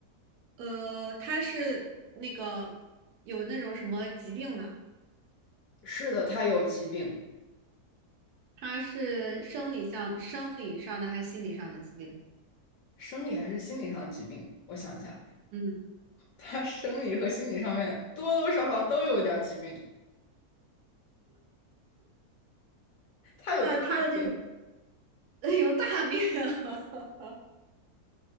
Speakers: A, on the right; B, on the left.
A: 呃，他是那个有那种什么疾病吗？
B: 是的，他有疾病，
A: 他是生理上生理上的还是心理上的疾病？
B: 生理还是心理上的疾病？我想一下，
A: 嗯。
B: 他生理和心理上面多多少少都有一点儿疾病，他有大病，
A: 那他的这个 <laughs> 有大病啊。